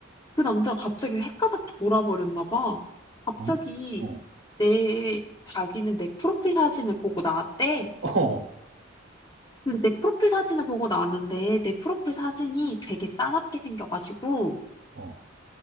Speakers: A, on the left (about 20°); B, on the right (about 75°).
A: 그 남자가 갑자기 헷가닥 돌아버렸나 봐. 갑자기
B: 음, 어,
A: 내 자기는 내 프로필 사진을 보고 나왔대.
B: 어, 어.
A: 근데 내 프로필 사진을 보고 나왔는데 내 프로필 사진이 되게 싸납게 생겨가지고
B: 어.